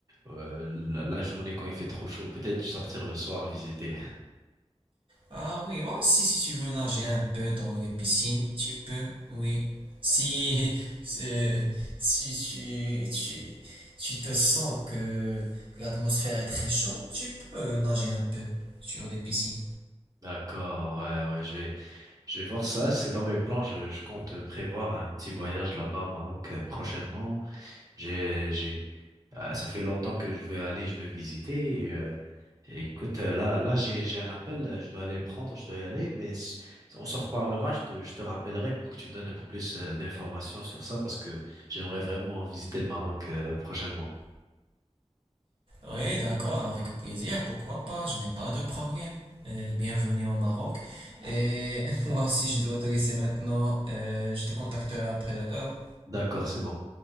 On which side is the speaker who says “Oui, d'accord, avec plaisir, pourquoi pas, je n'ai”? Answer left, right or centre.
Right